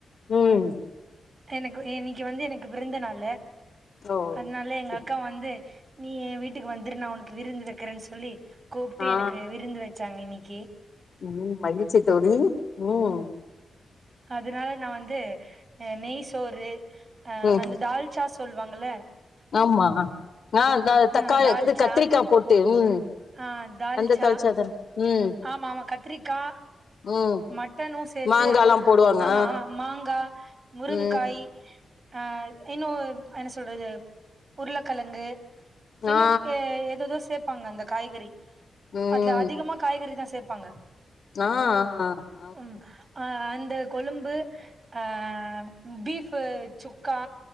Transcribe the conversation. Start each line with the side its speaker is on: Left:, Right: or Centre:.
Left: ம்
Right: எனக்கு இன்னக்கி வந்து எனக்கு விருந்து நாள்
Left: ஓ
Right: அதனால எங்க
Left: செ
Right: அக்கா வந்து நீ என் வீட்டுக்கு வந்துரு நா உனக்கு விருந்து வக்கிறேன்னு சொல்லி கூப்ட்டு
Left: ஆ
Right: எனக்கு விருந்து வச்சாங்க இன்னக்கி
Left: ம் மகிழ்ச்சி தோழி ம்
Right: அதுனால நா வந்து நெய் சோறு
Left: ம்
Right: அ அந்த தால்சா சொல்வாங்கள
Left: ஆமா ஆ தக்காளி
Right: ஆ தால்ச்சா
Left: இது கத்திரிக்கா போட்டு ம்
Right: ஆ தால்சா
Left: அந்த தாளிச்சாதன் ம்
Right: ஆம ஆமா கத்திரிக்கா
Left: ம்
Right: மட் ட்டனு சேத்து
Left: மாங்கால்லா போடுவாங்க
Right: ஆமா
Left: ஆ
Right: மாங்கா முருங்காய்
Left: ம்
Right: ஆ இன்னு என்ன சொல்றது உருளக்கெழங்கு இன்னு
Left: ஆ
Right: ஏததோ சேப்பாங்க அந்த காய்கறி
Left: ம்
Right: அதுல அதிகமா காய்கறி தா சேப்பாங்க
Left: அ அ அ
Right: ம் அ அந்த கொழும்பு அ பீஃபு சுக்கா